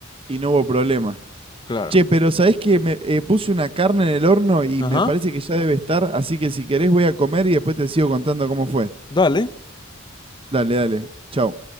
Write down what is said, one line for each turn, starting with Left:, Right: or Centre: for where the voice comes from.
Right: y no hubo problema.
Left: Claro.
Right: Che, pero ¿sabés que Me eh, puse una carne en el horno y
Left: Ajá.
Right: me parece que ya debe estar, así que si querés voy a comer y después te sigo contando cómo fue.
Left: Dale.
Right: Dale, dale. Chau.